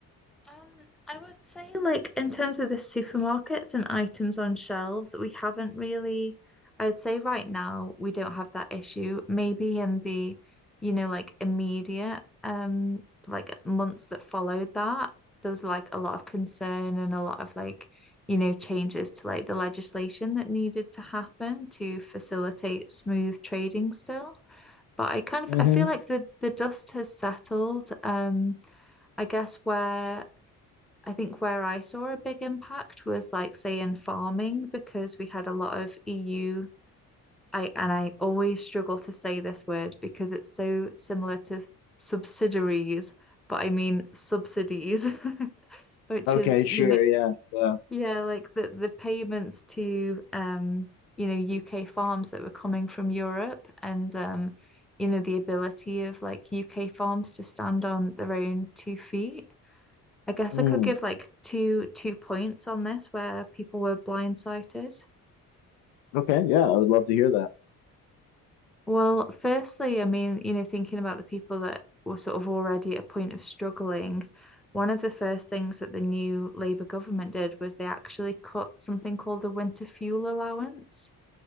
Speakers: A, in the centre; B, on the left.
A: Um, I would say, like, in terms of the supermarkets and items on shelves, we haven't really, I would say right now, we don't have that issue. Maybe in the, you know, like immediate, um, like months that followed that, there was like a lot of concern and a lot of like, you know, changes to like the legislation that needed to happen to facilitate smooth trading still. but I kind of
B: Mm-hmm.
A: I feel like the the dust has settled. Um, I guess where I think where I saw a big impact was like say in farming because we had a lot of EU. I and I always struggle to say this word because it's so similar to subsidiaries, but I mean subsidies, <laughs> which
B: Okay,
A: is
B: sure,
A: you know
B: yeah, yeah.
A: yeah, like the the payments to um, you know, UK farms that were coming from Europe and um, you know, the ability of like UK farms to stand on their own two feet. I guess
B: Mm,
A: I could give like two two points on this where people were blindsided.
B: okay, yeah, I would love to hear that.
A: Well, firstly, I mean, you know, thinking about the people that were sort of already at a point of struggling, one of the first things that the new Labour government did was they actually cut something called the winter fuel allowance.